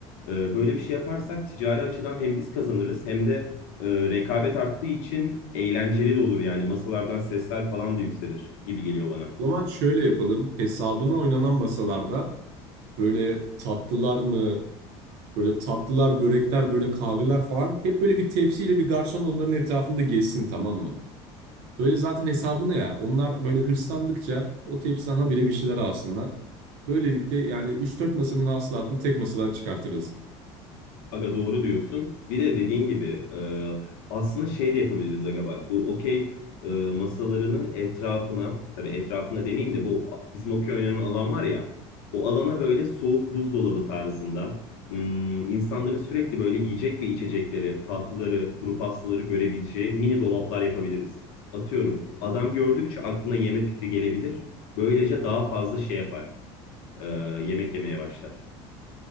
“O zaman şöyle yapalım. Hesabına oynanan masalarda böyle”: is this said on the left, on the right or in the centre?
Right